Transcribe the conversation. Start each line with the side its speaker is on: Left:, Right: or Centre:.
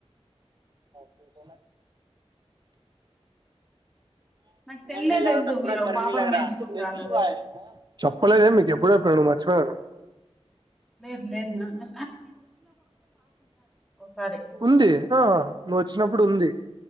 Right: <inaudible> జ
Centre: నాకు తెల్లే
Right: మన
Centre: తెల్దు
Right: ప
Centre: మీరు
Right: గర్మీగ
Centre: పాపను పెంచుకుంటాన్నారు
Right: ర <unintelligible> ఎమ్ మీకి ఎప్పుడు వత్తాది నిను మర్చిపొయాను
Centre: లేదు లేదు నాన ఒకసారి
Right: ఉంది ఆ నువ్వు వచ్చినప్పుడు ఉంది